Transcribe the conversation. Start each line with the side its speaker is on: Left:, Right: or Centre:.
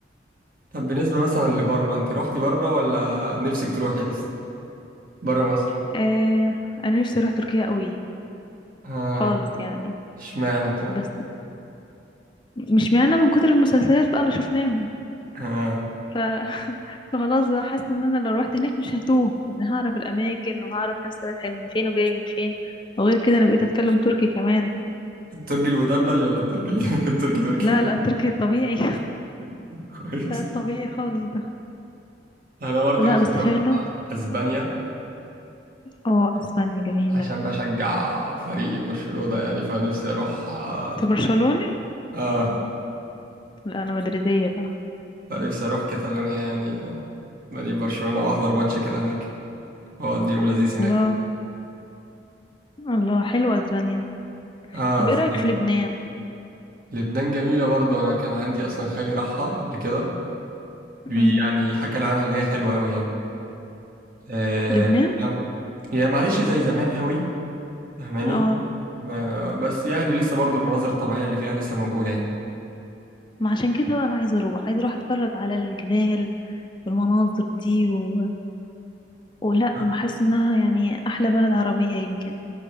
Right: طب بالنسبة مثلا لبره انت روحتي بره ولا نفسك تروحي لسه بره مصر
Left: آه انا نفسي اروح تركيا قوي
Right: اه
Left: خالص يعني
Right: اشمعنى طيب
Left: بس مش معنى من كتر المسلسلات بقى اللي شفناهم
Right: اه
Left: ف... <laughs> فخلاص بقى حاسة ان انا لو روحت هناك مش هتوه يعني هعرف الاماكن وهعرف نفسي رايحة من فين وجاي من فين وغير كده انا بقيت اتكلم تركي كمان
Right: الترجي المدبلج ولا الترجي ال- <laughs> التركي تركي
Left: لا لا التركي الطبيعي <laughs>
Right: <laughs> كويس
Left: لا الطبيعي خالص ده
Right: انا برضه
Left: لا
Right: نفسي
Left: بس
Right: اروح
Left: فعلا
Right: اسبانيا
Left: اه اسبانيا جميلة
Right: عشان بشجع فريقي برشلونة يعني فنفسي اروح اه
Left: انت برشلوني
Right: آه،
Left: لا انا مدريدية بقى
Right: فنفسي اروح كاتالونيا يعني نادي برشلونة واحضر ماتش كده هناك واقضي يوم لذيذ هناك
Left: الله الله حلوة اسبانيا
Right: اه
Left: طب ايه
Right: <laughs>
Left: رأيك في لبنان
Right: جميل لبنان جميلة برضو انا كان عندي اصلا خالي راحها قبل كده بي-
Left: مم.
Right: يعني حكى لي عنها اللي هي حلوة قوي يعني آه
Left: لبنان
Right: يعني معلش زي زمان قوي فاهماني
Left: اه
Right: ب- بس يعني لسه برضو المناظر الطبيعية اللي فيها لسه موجودة يعني
Left: ما عشان كده بقى انا عايزة اروح عايزة اروح اتفرج على الجبال والمناظر دي و... ولا
Right: اه
Left: بحس انها يعني احلى بلد عربية يمكن